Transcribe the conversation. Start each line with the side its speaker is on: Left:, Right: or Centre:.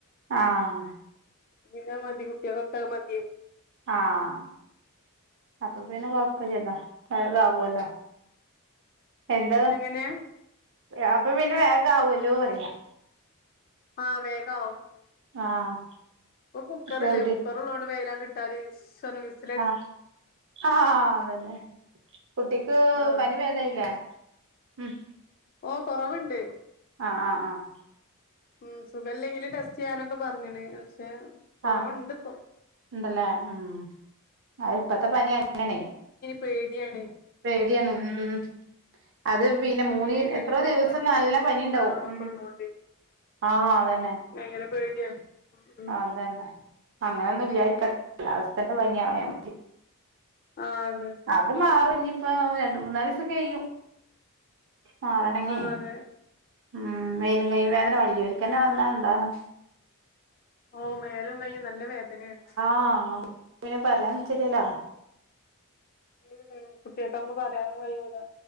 Right: ആഹ്.
Left: പിന്നെ മതി കുട്ടികളൊക്കെ അതു മതി
Right: ആഹ് അപ്പൊ പിന്നെ
Left: ഉം
Right: കൊഴപ്പം ഇല്ലല്ലോ. അത് ആവുവല്ലോ. എന്ത്
Left: എങ്ങനെ
Right: അപ്പൊ പിന്നെ വേഗം ആവുവല്ലോ പറയാം.
Left: ആഹ് വേഗമാവും.
Right: ആഹ്
Left: ഇപ്പം കുക്കറില്ലേ
Right: ചെറുത്
Left: കുക്കർ ഉള്ളോണ്ട് വേഗംഅങ്ങ് ഇട്ടാത് ഇശ് എന്ന് പറഞ്ഞ് വിസ്
Right: ആഹ് ആഹ് അത് തന്നെ. കുട്ടിക്ക്
Left: ആഹ്
Right: പനി ഭേതമായില്ലേ? ഉം.
Left: ഓ കൊറവുണ്ട്.
Right: ആഹ് ആഹ് ആഹ്
Left: ഉം സുഖമില്ലെങ്കില് ടെസ്റ്റ് ചെയ്യാനൊക്കെ പറഞ്ഞണ്. പക്ഷെ കൊറവുണ്ട്
Right: ആഹ്
Left: ഇപ്പൊ
Right: ഉണ്ടല്ലേ ഉം അ ഇപ്പത്തെ പനി അങ്ങനെയാണേ
Left: പേടിയാണേ
Right: പേടിയാണ്. ഉം. അത് പിന്നെ
Left: ഉം
Right: മൂന്നീ
Left: പേടിയാണ്
Right: എത്രയോ
Left: ഇപ്പൊ
Right: ദിവസം
Left: മറ്റേ
Right: നല്ല
Left: ഷിഗല്ലയും
Right: പനി ഉണ്ടാവും.
Left: വേറെള്ളൊക്കെ
Right: ഉം.
Left: ഉള്ളോണ്ട്
Right: ആഹ് അത് തന്നെ.
Left: ഭയങ്കര പേടിയാണ്. ഉം ഉം
Right: ആ അതന്നെ അങ്ങനെ ഒന്നും ഇല്ലായിരിക്കട്ടെ കാലാവസ്ഥന്റെ പനിയായാമതി.
Left: ആ അതെ
Right: അത് മാറും ഇനിയിപ്പ രണ്ടു മൂന്നാലു ദിവസംകഴിയും. മാറണങ്ങി
Left: ആഹ് അതെ
Right: ഉം മേലും കൈ വേദന വലിയ വർക്ക് തന്നെ വന്നാ എന്താണ്?
Left: ഓ മേലും കയ്യും നല്ല വേദന ആണ്.
Right: ആഹ് പിന്നെ പറയാൻ പറ്റുന്നില്ല
Left: ഉം. കുട്ടികൾക്കാവുമ്പം പറയാനു കഴിയൂല.